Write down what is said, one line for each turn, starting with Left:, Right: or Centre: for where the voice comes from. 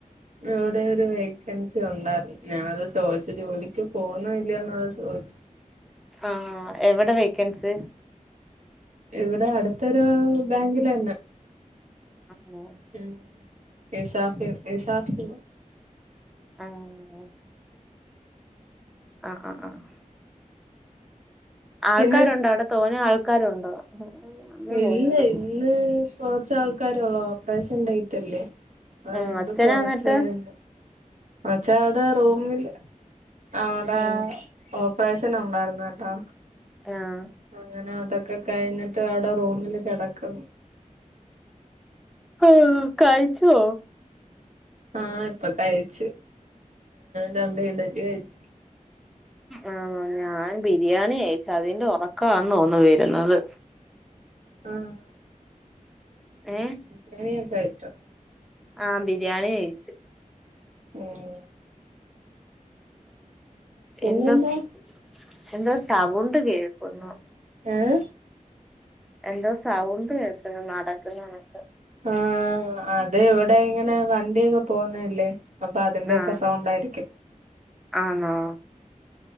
Right: എവ്ടെ ഒരു വെ ഗസ്റ്റ് വന്നാർന്നു ഞാനത് ചോയ്ച്ച ജോലിക്ക് പോണുല്ലന്ന് ചോദ്ച്ചു.
Centre: ആഹ് എവടെ വേക്കൻസ്.
Right: ഇവടെ അടുത്തൊരു ബാങ്കിലന്നെ
Centre: ഉം
Right: ഉം ഇസാഫ്‌ <unintelligible> സാഫ്‌.
Centre: ആഹ് ആഹ് ആഹ് ആഹ് ആൾക്കാരുണ്ടോ
Right: പിന്നെ
Centre: അവ്ടെ തോനെ ആൾക്കാരുണ്ടോ? അമ്മ
Right: ഇല്ല
Centre: പോകുന്നുണ്ടോ
Right: ഇന്ന് കൊർച് ആൾക്കാരോള്ളു ഓപ്പറേഷൻ ടെയ്റ്റല്ലേ. അതുകൊണ്ട്
Centre: ഉം അച്ഛനാ
Right: കൊറച്
Centre: എന്നിട്ട്
Right: <unintelligible> അച്ചാ അവ്ടെ റൂമില് അവ്ടെ
Centre: ഉം
Right: ഓപ്പറേഷൻ ഉണ്ടായിരുന്നു കെട്ടോ.
Centre: ആഹ്
Right: അങ്ങനെ അതൊക്കെ കഴിഞ്ഞിട്ട് അവ്ടെ റൂമില് കെടക്കുന്നു
Centre: ഹ കഴിച്ചോ
Right: ആഹ് ഇപ്പ കഴിച്ച് രണ്ട് ഇടലി കഴിച്ച്
Centre: ആഹ് ഞാൻ ബിരിയാണി കയിച്ച് അതിന്റെ ഉറക്കാന്ന് തോന്നുന് വരുന്നത്.
Right: ആഹ്
Centre: ഏഹ്
Right: ബിരിയാണി യൊക്കെ കഴിച്ചോ
Centre: ആഹ് ബിരിയാണി കഴിച്ച്
Right: ഏഹ് പിന്നെന്താ
Centre: എന്തോസ് എന്തോ സൗണ്ട് കേൾക്കുന്നു.
Right: ഏഹ്
Centre: എന്തോ സൗണ്ട് കേൾക്കുന്നു നടക്കുന്നത്.
Right: ആഹ് അത് ഇവടെങ്ങനെ വണ്ടിയൊക്കെ പോകുന്നല്ലേ. അപ്പൊ അതിന്റെയൊക്കെ
Centre: ആ
Right: സൗണ്ട് ആയിരിക്കും.
Centre: ആണോ.